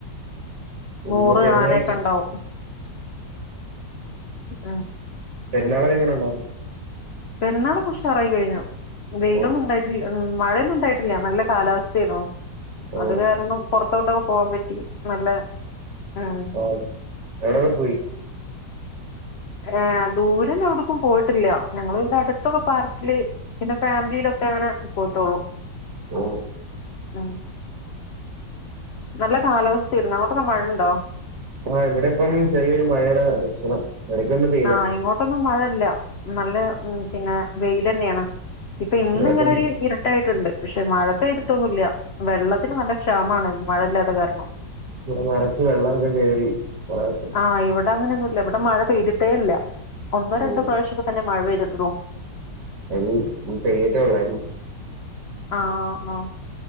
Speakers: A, on the right; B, on the left.
A: പിന്നെ
B: നൂറ്
A: പെരുന്നാളൊക്കെ
B: ആനെക്കെ ഇണ്ടാവും ഉം.
A: പെര്നാളൊക്കെ എങ്ങനെ ഒണ്ടാർന്ന്.
B: പെര്ന്നാളൊക്കെ ഉഷാറായി കഴിഞ്ഞു വെയിലൊന്നും
A: ഓ
B: ഉണ്ടായി ഉം മഴെന്നും ഇണ്ടായ്ട്ടില്ല നല്ല കാലാവസ്ഥ്യിര്ന്നു
A: ഓ
B: അത് കാരണം. പൊർത്തോട്ടൊക്കെ പോവാൻ പറ്റി നല്ല ഉം.
A: ആഹ് എവടെകെ പൊയി.
B: ഏഹ് ദൂരൊന്നും എവ്ടിക്കും പോയിട്ടില്ല ഞങ്ങള് ഇവിടെ അടുത്തൊക്കെ പാർക്ക്ല്. പിന്നെ ഫാംലീലൊക്കെ അങ്ങനെ പോയിട്ടൊള്ളൂ
A: ഓ
B: ഉം. നല്ല കാലാവസ്ഥേയ്ര്ന്നു അങ്ങോട്ടൊക്കെ മഴണ്ടോ.
A: ആഹ് ഇവിടെ ഇപ്പം ചെറിയൊരു മഴേടെ ലക്ഷണം. <unintelligible>
B: ആഹ് ഇങ്ങോട്ടൊന്നും മഴല്ല നല്ല പിന്നെ വെയിലെന്ന്യാണ്. ഇപ ഇന്ന്
A: ഇവിടൊക്കെ
B: ഇങ്ങനെ ഒര് ഇര് ട്ടയിട്ടൊണ്ട് പഷെ മഴ പെയ്തിട്ടൊന്നുല്ല്യ വെള്ളത്തിന് നല്ല ക്ഷാമാണ് മഴല്ലാത്ത കാരണം.
A: ബടെ കൊറച്ച് വെള്ളോക്കെ കേറി കൊറേക്കെ.
B: ആഹ് ഇവിടെ അങ്ങനെന്നുല്ല ഇവിടെ മഴ പെയ്തിട്ടേ ഇല്ല ഒന്നോ
A: ഓ
B: രണ്ടോ പ്രാവശ്യൊക്കെ തന്നെ മഴ പെയ്തിട്ടുള്ളൂ.
A: <unintelligible>
B: ആഹ് ഹ